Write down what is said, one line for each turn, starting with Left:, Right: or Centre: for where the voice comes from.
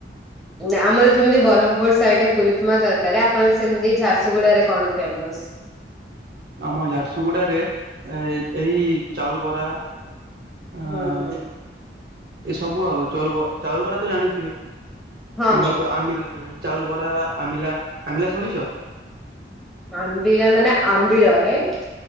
Centre: ଆମର ଯେମିତି ବ୍ରହ୍ମପୁର ସାଇଡରେ ପୁରୀ, ଫମା ଜାରକାରେ ଆପଣଙ୍କର ସେମିତି ଝାରସୁଗୁଡାରେ କଣ ଫେମସ୍?
Right: ଆମ ଝାରସୁଗୁଡ଼ା ରେ ଏ ଏଇ ଚାଉଲ ବରା ହଁ
Centre: ହୁଁ ହୁଁ
Right: ଏସବୁ ଆଉ ଚାଉଲ୍ ବ ଚାଉଲୁ ବରା ତ ଜାଣିଥିବେ?
Centre: ହଁ
Right: ସମ୍ବଲପୁର
Centre: ହଁ।
Right: ଆମିିଲା ଚାଉଲୁ ବରା ଆମିଲା ଆମିଲା ଶୁଣିଛ?
Centre: ଆମ୍ବିଳା ମାନେ ଆମ୍ବିଳ ରାଇଟ୍।